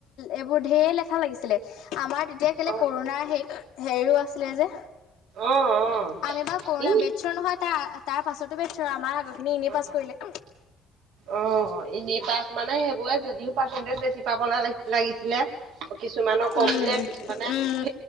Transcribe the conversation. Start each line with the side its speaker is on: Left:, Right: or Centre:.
Left: এইবোৰ ঢেৰ লেখা লাগিছিলে আমাৰ তেতিয়া কেলে
Right: অ
Left: কৰোণাৰ সেই। হেৰিও আছিলে যে
Right: অ অ
Left: আমি বাাৰ কৰোণা
Right: ই
Left: বেডছ নহয় তাৰ। তাৰ পাছতো বেটছ আমাৰ আগৰ খিনি এনেই
Right: অ
Left: পাছ কৰিলে।
Right: অ' এনে পাছ মানে সেইবোৰে যদিও পাৰ্চেন্টেজ বেছি পাব লাগিছিলে কিছুমানক কমিলে
Left: উম
Right: কিছুমানে
Left: উম
Right: ফ